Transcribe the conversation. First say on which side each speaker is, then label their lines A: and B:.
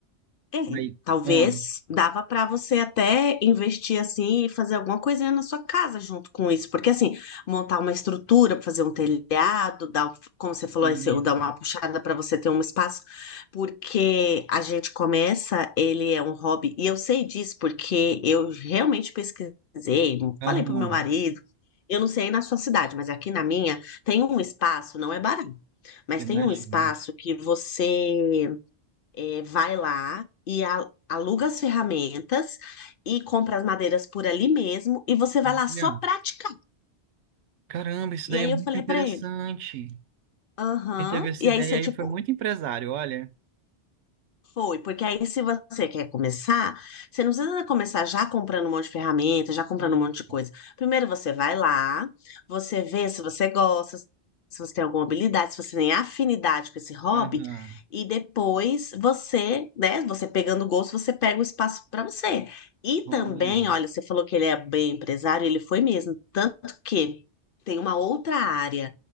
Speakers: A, on the left; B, on the right.
A: É,
B: Aí,
A: talvez
B: ah,
A: dava para você até investir assim e fazer alguma coisinha na sua casa junto com isso, porque assim, montar uma estrutura, fazer um telhado, dar, um, como você falou,
B: isso.
A: esse- ou dar uma puxada para você ter um espaço, porque a gente começa, ele é um hobby, e eu sei disso porque eu realmente pesquisei,
B: Aham,
A: falei pro meu marido, eu não sei aí na sua cidade, mas aqui na minha tem um espaço, não é barato, mas
B: imagino.
A: tem um espaço que você é, vai lá e a- aluga as ferramentas e compra as madeiras por ali mesmo e você vai
B: Olha,
A: lá só praticar.
B: caramba, isso daí
A: E aí
B: é muito
A: eu falei
B: interessante.
A: pra ele, aham.
B: Quem teve essa
A: E
B: ideia
A: aí você,
B: aí
A: tipo,
B: foi muito empresário, olha.
A: Foi, porque aí se você quer começar, você não precisa começar já comprando um monte de ferramenta, já comprando
B: E,
A: um monte de coisa. Primeiro você vai lá, você vê se você gosta, se você tem alguma habilidade, se você tem afinidade com esse hobby,
B: aham,
A: e depois você, né, você pegando o gosto, você pega o espaço para você. E
B: olha,
A: também, olha, você falou que ele é bem empresário, ele foi mesmo, tanto que tem uma outra área